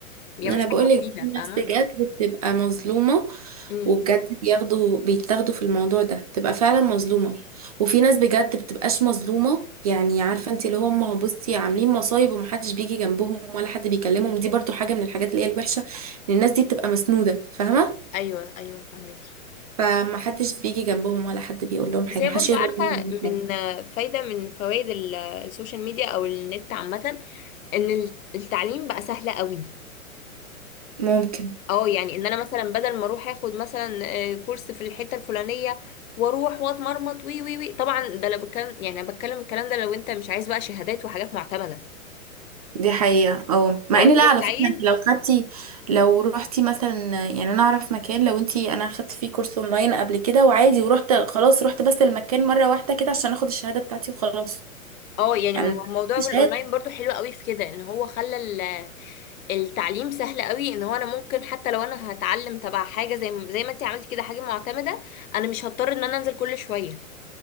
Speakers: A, on the left; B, on the right.
A: يعني
B: انا
A: مش
B: بقول
A: حاجه مفيده
B: لك
A: فاهمه
B: ناس بجد بتبقى مظلومه
A: امم
B: وبجد بياخدوا بيتاخدوا في الموضوع ده بتبقى فعلا مظلومه وفي ناس بجد بتبقاش مظلومه يعني عارفه انت اللي هم بصي عاملين مصايب ومحدش بيجي جنبهم ولا حد بيكلمهم دي برضو حاجه من الحاجات اللي هي الوحشه ان الناس دي بتبقى مسنوده فاهمه
A: ايوه ايوه فاهمكي
B: فمحدش بيجي جنبهم ولا حد بيقول لهم
A: بس
B: حاجه
A: هي
B: محدش
A: برضو
B: يقدر
A: عارفه
B: يقول لهم
A: من
B: حاجه
A: فايده من فوائد ال- السوشيال ميديا او النت عامه ان التعليم بقى سهل قوي
B: ممكن
A: اه يعني ان انا مثلا بدل ما اروح اخد مثلا آه، كورس في الحته الفلانيه واروح واتمرمط وي وي وي طبعا ده لو بتكلم يعني انا بتكلم الكلام ده لو انت مش عايز بقى شهادات وحاجات معتمده
B: دي حقيقة اه مع
A: لو
B: ان
A: انت بس
B: لا على
A: عايز
B: فكرة انت لو خدتي لو روحتي مثلا يعني انا اعرف مكان لو انت انا خدت فيه كورس اونلاين قبل كده وعادي ورحت خلاص رحت بس المكان مرة واحدة كده عشان اخد الشهادة بتاعتي وخلاص
A: اه يعني
B: يعني
A: مو- موضوع
B: الشهادة
A: الاونلاين برضو حلو قوي في كده ان هو خلى ال- التعليم سهل قوي ان هو انا ممكن حتى لو انا هتعلم تبع حاجه زي ما- زي ما انت عملت كده حاجه معتمده انا مش هضطر ان انا انزل كل شويه